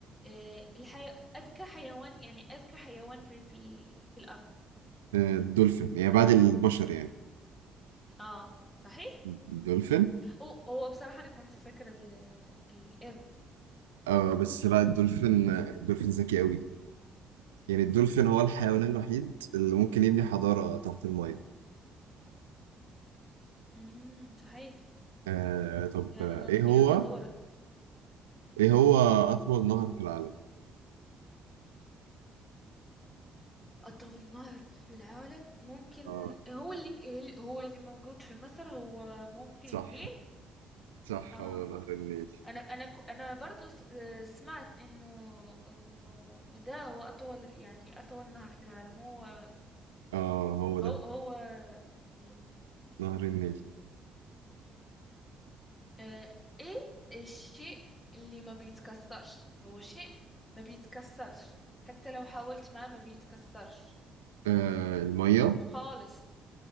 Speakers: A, on the left; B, on the right.
A: آه، الحي... اذكى حيوان يعني اذكى حيوان في في ال- في الارض
B: آه، الدولفين يعني بعد البشر يعني
A: اه صحيح
B: الدولفين
A: أو هو بصراحة أنا كنت فاكرة ال- القرد
B: اه بس لا الدولفين الدولفين ذكي قوي يعني الدولفين هو الحيوان الوحيد اللي ممكن يبني حضارة تحت المية
A: امم صحيح
B: آه طب
A: يلا
B: آه، ايه
A: د-
B: هو
A: يلا دورك
B: ايه هو اطول نهر في العالم
A: أطول نهر في العالم ممكن
B: اه
A: هو اللي ك- هو اللي موجود في مصر هو ممكن
B: صح
A: النيل
B: صح
A: اه
B: هو نهر النيل
A: أنا أنا ك- أنا برضو س- آه، سمعت إنه إنه ده هو أطول يعني أطول نهر في العالم هو
B: اه هو ده
A: هو هو النيل
B: نهر النيل
A: آه، ايه الشيء اللي ما بيتكسرش هو شيء ما بيتكسرش حتى لو حاولت معاه ما بيتكسرش
B: آه المية
A: خالص